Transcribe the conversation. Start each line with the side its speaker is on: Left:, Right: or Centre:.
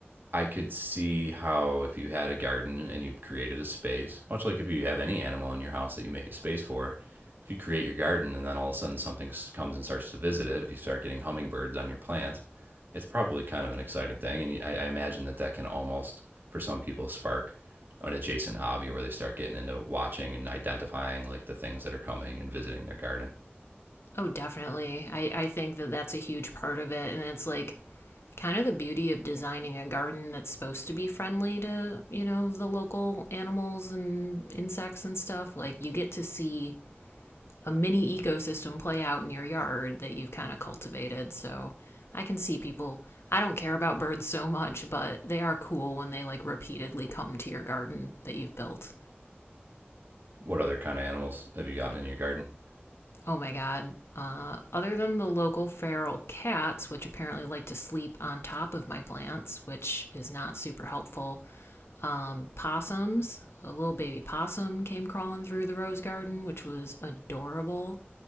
Right: I could see how if you had a garden and you created a space, much like if you have any animal in your house that you make a space for, if you create your garden and then all of a sudden something comes and starts to visit it, if you start getting hummingbirds on your plants, it's probably kind of an exciting thing. And I, I imagine that that can almost, for some people, spark an adjacent hobby where they start getting into watching and identifying like the things that are coming and visiting their garden.
Left: Oh, definitely. I, I think that that's a huge part of it. And it's like kind of the beauty of designing a garden that's supposed to be friendly to, you know, the local animals and insects and stuff. Like, you get to see a mini ecosystem play out in your yard that you've kind of cultivated. So, I can see people. I don't care about birds so much, but they are cool when they like repeatedly come to your garden that you've built.
Right: What other kind of animals have you gotten in your garden?
Left: Oh my god. Uh, other than the local feral cats, which apparently like to sleep on top of my plants, which is not super helpful, um, possums. A little baby possum came crawling through the rose garden, which was adorable.